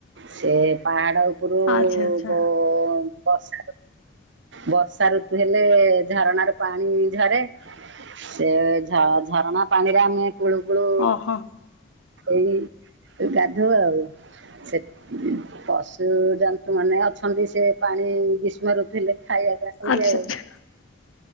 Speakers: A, on the right; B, on the left.
A: ସେ ପାହାଡ ରୁ
B: ଆଚ୍ଛା ଆଚ୍ଛା
A: ବ ବସ୍ ବର୍ଷା ଋତୁ ହେଲେ ଝରଣାରୁ ପାଣି ଝରେ। ସେ ଝରଣା ପାଣିରେ ଆମେ କୁଳୁ ଗୁଳୁ
B: ଓହୋ
A: ଏଇ ଗାଧଉ ଆଉ ସେ ପଶୁ ଜ ନ୍ତୁ ମାନେ ଅଛନ୍ତି ସେ ପାଣି ଗ୍ରୀଷ୍ମ ଋତୁ ଥିଲେ ଖାଇବାକୁ ଆସନ୍ତି
B: ଆଚ୍ଛା
A: ଆଉ
B: ଆଚ୍ଛା